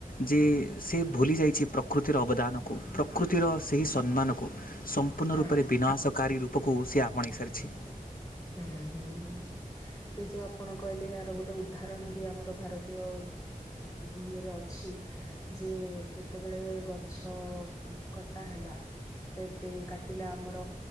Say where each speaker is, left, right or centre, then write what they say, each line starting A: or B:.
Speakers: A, on the left; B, on the left.
A: ଯେ ସେ ଭୁଲି ଯାଇ କିଛି ପ୍ରକୃତିର ଅବଦାନକୁ ପ୍ରକୃତିର ସେହି ସମ୍ମାନକୁ ସମ୍ପୂର୍ଣ୍ଣ
B: ହଁ
A: ରୂପରେ ବିନାଶକାରୀ ର ପାକୁ ସିଏ ଆପଣେଇ ସାରିଛି।
B: ହୁଁ ହୁଁ ହୁଁ। ସେ ଯୋଉ ଆପଣ କହିଲେ ଏହାର ଗୋଟେ ଉଦାହରଣ ବି ଆମର ଭାରତୀୟ ଇଏରେ ଅଛି। ଯେ ଯେତେବେଳେ ଗଛ କଟା ହେଲା। ତତେ କାଟିଲା ଆମର